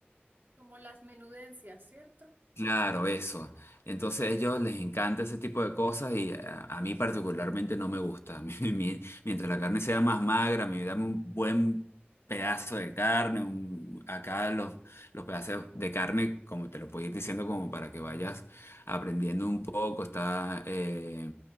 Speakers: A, on the right; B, on the left.
A: Como las menudencias, ¿cierto?
B: Claro, eso. Entonces a ellos les encanta ese tipo de cosas y a, a mí particularmente no me gusta. <laughs> A mí, mi- mientras la carne sea más magra, me dame un buen pedazo de carne, un- acá los, los pedazos de carne, como te lo puedo ir diciendo, como para que vayas aprendiendo un poco, está eh,